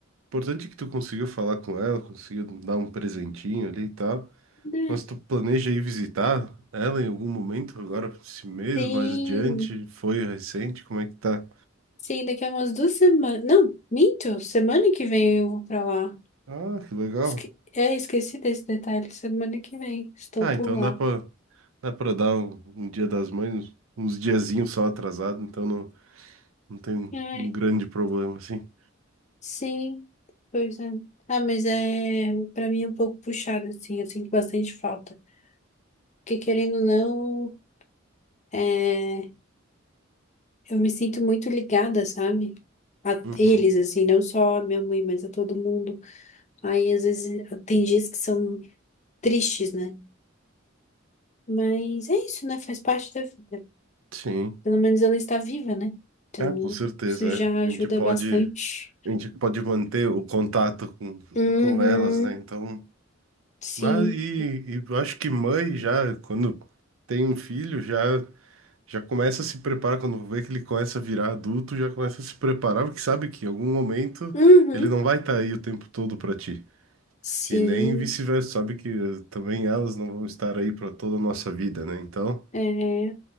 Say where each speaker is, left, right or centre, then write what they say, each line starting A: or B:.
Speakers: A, on the right; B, on the left.
A: Importante é que tu consiga falar com ela, consiga dar um presentinho ali e tal.
B: né
A: Mas tu planeja ir visitar ela em algum momento, agora, esse mês,
B: sim.
A: mais adiante? Foi recente? Como é que tá?
B: Sim, daqui a umas duas semanas. Não, minto, semana que vem eu vou pra lá.
A: Ah, que legal.
B: Esque... É, esqueci desse detalhe, semana que vem estou
A: Ah,
B: por
A: então
B: lá.
A: dá pra, dá pra dar um, um dia das mães, uns diazinhos só atrasado, então não. Não tem
B: Ai,
A: um grande problema, assim.
B: sim, pois é. Ah, mas é pra mim é um pouco puxado, assim, eu sinto bastante falta. Porque querendo ou não. é. Eu me sinto muito ligada, sabe? A
A: Uhum.
B: eles, assim, não só a minha mãe, mas a todo mundo. Aí, às vezes, tem dias que são tristes, né? Mas é isso, né? Faz parte da vida.
A: Sim,
B: Pelo menos ela está viva, né? Então,
A: é, com certeza,
B: isso já
A: é.
B: ajuda
A: A gente pode,
B: bastante.
A: a gente pode manter o contato com,
B: Uhum,
A: com elas, né? Então,
B: sim.
A: mas e, e eu acho que mãe já, quando tem um filho, já, já começa a se preparar, quando vê que ele começa a virar adulto, já começa a se preparar, porque sabe que em algum momento
B: Uhum,
A: ele não vai estar aí o tempo todo para ti.
B: sim.
A: E nem vice-versa, sabe que eh, também elas não vão estar aí para toda a nossa vida, né? Então.
B: É